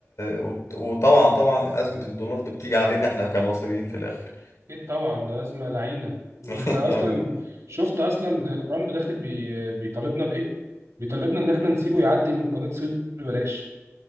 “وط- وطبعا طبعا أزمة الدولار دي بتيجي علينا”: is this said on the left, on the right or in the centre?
Left